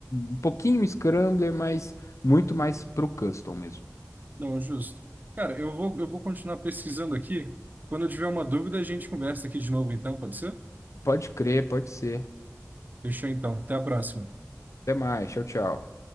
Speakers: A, on the left; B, on the right.
A: um pouquinho Scrambler, mas muito mais pro custom mesmo.
B: Não, justo. Cara, eu vou, eu vou continuar pesquisando aqui. Quando eu tiver uma dúvida, a gente conversa aqui de novo, então, pode ser?
A: Pode crer, pode ser.
B: Fechou então. Até a próxima.
A: Até mais, tchau, tchau.